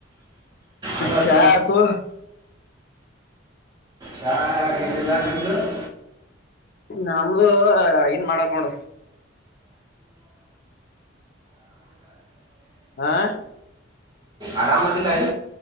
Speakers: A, on the right; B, on the left.
A: ಆಗಟ್ಟ
B: ಚಾ ಆಯ್ತು
A: ಯ ಚಾ ಇಲ್ಲ ಎಲ್ಲಿಲ್ಲಿಂದ ನಿಂದು ನಿಂದು
B: ನಮ್ದು ಏನ್ ಮಾಡಕ್ ನೋಡ ಆಾ
A: ಆರಾಮದಲ್ಲಾಯ